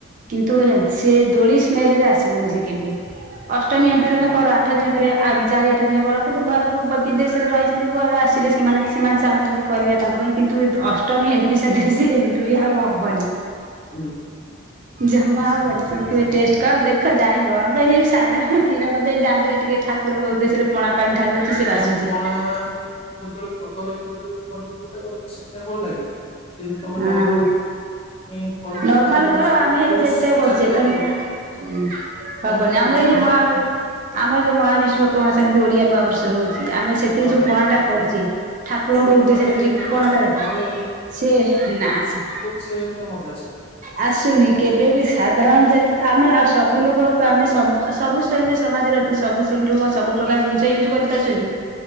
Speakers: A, on the right; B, on the left.
A: କିନ୍ତୁ ସେ ଦୋଳି ସ୍ମେଲ ରେ ଆସିବନି ସେ କେବେ ଅଷ୍ଟମୀ ଏଣ୍ଠୁି ତମେ
B: ହଁ
A: କର। ଆଠ ଦିନ ପରେ ଚାରି ଆଠ ଦିନ କର କିନ୍ତୁ ଘରକୁ ବିଦେଶରେ ରହିଛନ୍ତି ଘରେ ଆସିଲେ ସେମାନେ ସେମାନେ ଚାହୁଁଛନ୍ତି କରିବା। ତାଙ୍କ ପାଇଁ କିନ୍ତୁ ଅଷ୍ଟମୀ ହେଣ୍ଡୁରିଆ ସାଧ୍ୟରେ ସେ ହେଣ୍ଡୁରିଆ ଆଉ ହବନି।
B: ହୁଁ।
A: ଜମା
B: ସେଇ।
A: ବୋଲିନ। ତ କେବେ ଟେଷ୍ଟ କର ଦେଖ ଜାଣିବ ଆମେ ଏଇ ସାଧାରଣ କ୍ଷୀର କଦେଇ ଦାଡିରେ ଟିକେ ଠାକୁରଙ୍କ ଉଦେଶ୍ୟରେ ପଣା। ପାଣି ଢାଳି ଦଉଚି
B: ଆଉ
A: ସେ
B: ଯୋଉ
A: ବାସୁଚି
B: ପଣା କଦଳୀ କଦଳୀ କଦଳୀ କରିକି ଯୋଉ। କରୁ ସେଇଟା ଭଲ ଲାଗେ କିନ୍ତୁ ତମେ
A: ହଁ।
B: ନର୍ମାଲ ଯଦି। କରିକି
A: ନର୍ମାଲ
B: ଖାଇବ
A: କର
B: ସେ ଫ୍ରୁଟଟ
A: ଆମେ ଏଇ ଯେତେ କରୁଛେ
B: ଟାଇପ
A: ତମେ
B: ର।
A: ହୁଁ ସବ
B: ଜମା
A: ବନି
B: ବି
A: ଆମର
B: ଟେଷ୍ଟ
A: ଏଇ
B: ଲାଗିବ
A: ଯଉ ମହା। ଆମର ଯୋଉ ମହାବିଶୁପ ସେମିତି ଓଡିଆ ନୂଆ ବର୍ଷ ରହୁଛି ଆମେ। ସେତିକି
B: ହଁ
A: ଯୋଉ
B: ହଁ
A: ପଣା ଟା କରୁଛି ଠାକୁରଙ୍କ
B: ସେ
A: ଉଦ୍ଦେଶ୍ୟରେ
B: ପଣାଟା କେମିତି
A: ଠିକ ପଣା
B: ଟେଷ୍ଟ
A: ଟା।
B: ଘରେ
A: ସେ ନାଚ।
B: ସେଟ ମଜା ଆସିବ।
A: ଆସୁନି କେବେ ବି ସାଧାରଣ ଯେ ଆମେ ଆଉ ସବୁ ଲୋକ ଆମେୁ ସବୁ ଶ୍ରେଣୀରେ ସମାଜରେ। ସବୁ ସେୁ ସବୁ ପ୍ରକାର ଜିନିଷ ୟୁଜ୍ କରିପାରୁଛନ୍ତି।